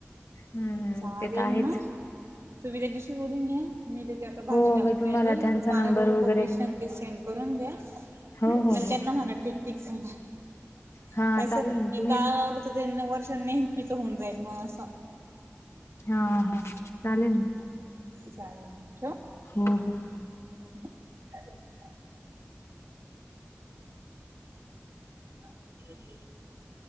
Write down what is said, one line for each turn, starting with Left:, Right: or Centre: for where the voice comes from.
Left: हम्म
Right: चालेल
Left: ते तर आहेच
Right: मग तुम्ही त्या दिवशी बोलून घ्या मी तेच्या भाजी
Left: हो
Right: टाकू
Left: मी तुम्हाला
Right: राहिले
Left: त्यांचा
Right: मला
Left: नंबर
Right: तेवढं
Left: वगैरे
Right: कोटेशन ते सेंड करून द्या हम्
Left: हो हो
Right: पण
Left: हो
Right: त्यांना मार ठीक ठीक सांगासं
Left: हा चालेल ना तुम्ही
Right: एक गावर त्यांना वर्ष नेहमीच होऊन जाईल मग असं
Left: हा हा चालेल ना
Right: चालेल ना च ठेव
Left: हो हो
Right: ह हम्